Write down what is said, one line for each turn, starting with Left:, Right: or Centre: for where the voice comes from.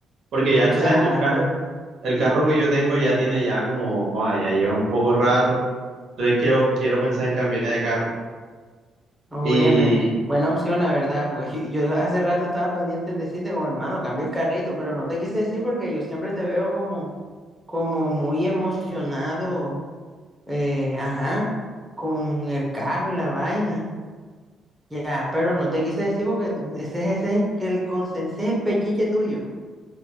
Right: porque
Centre: O
Right: ya tú
Centre: sea,
Right: sabes que el carro,
Centre: ajá.
Right: el carro que yo tengo ya tiene ya como, joda, ya lleva un poco de rato, entonces quiero, quiero pensar en cambiar de carro.
Centre: Óyeme,
Right: Y
Centre: buena opción, la verdad, porque <laughs> yo hace rato estaba pendiente en decirte como hermano, cambia el carrito, pero no te quise decir porque yo siempre te veo como, como muy emocionado, eh, ajá, con el carro y la vaina. Ya, pero no te quise decir porque tú, ese, es- ese es el consen- ese es el pechiche tuyo.